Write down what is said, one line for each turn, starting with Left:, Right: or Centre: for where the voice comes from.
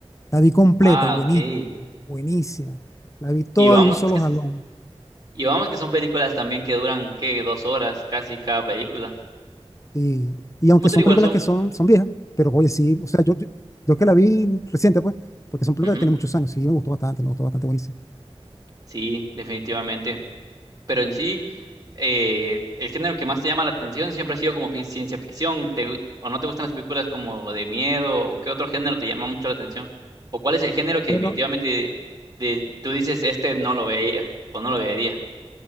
Left: La vi completa,
Right: Ah,
Left: buenísima,
Right: ok.
Left: buenísima. La vi toda
Right: Y vamos
Left: de un solo
Right: que, s-
Left: jalón.
Right: y vamos que son películas también que duran, ¿qué? Dos horas casi cada película.
Left: Y, y aunque
Right: Potter
Left: son
Right: igual
Left: películas
Right: son.
Left: que son, son viejas, pero oye, sí, o sea, yo, yo, yo que la vi reciente, pues, porque son películas
Right: Ujú.
Left: que tienen muchos años, sí, me gustó bastante, me gustó bastante, buenísimo.
Right: Sí, definitivamente. pero en sí, eh, el género que más te llama la atención siempre ha sido como fi- ciencia ficción. ¿Te gu- o no te gustan las películas como de miedo? ¿O qué otro género te llama mucho la atención? ¿O cuál es el género que
Left: Bueno,
Right: definitivamente de- tú dices, este no lo veía o no lo vería?